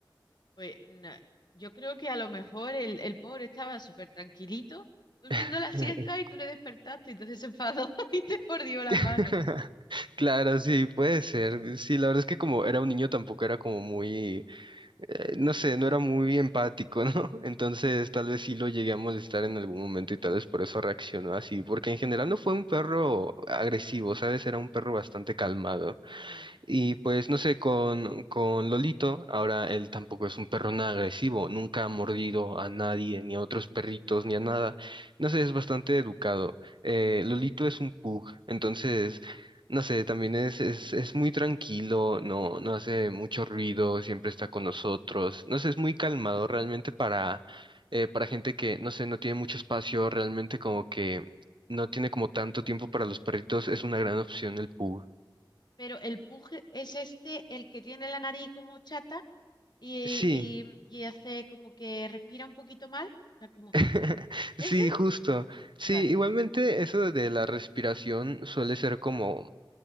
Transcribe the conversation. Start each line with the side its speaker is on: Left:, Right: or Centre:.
Left: Pues no, yo creo que a lo mejor el, el pobre estaba súper tranquilito durmiendo
Right: <laughs>
Left: la siesta y tú le despertaste, entonces se enfadó <laughs> y te mordió la mano.
Right: <laughs> Claro, sí, puede ser. Sí, la verdad es que como era un niño tampoco era como muy, eh, no sé, no era muy empático, ¿no? <laughs> Entonces tal vez sí lo llegué a molestar en algún momento y tal vez por eso reaccionó así, porque en general no fue un perro agresivo, ¿sabes? Era un perro bastante calmado.
Left: Ujú.
Right: Y pues no sé, con, con Lolito, ahora él tampoco es un perro nada agresivo, nunca ha mordido a nadie, ni a otros perritos, ni a nada. No sé, es bastante educado. Eh, Lolito es un pug, entonces, no sé, también es, es, es muy tranquilo, no, no hace mucho ruido, siempre está con nosotros. No sé, es muy calmado realmente para, eh, para gente que, no sé, no tiene mucho espacio, realmente como que no tiene como tanto tiempo para los perritos, es una gran opción el pug.
Left: Pero el pug es este, el que tiene la nariz como chata y,
Right: Sí,
Left: y- y hace como que respira un poquito mal. O sea, como,
Right: <laughs>
Left: ¿ese?
Right: Sí, justo. Sí,
Left: Vale.
Right: igualmente eso de la respiración suele ser como,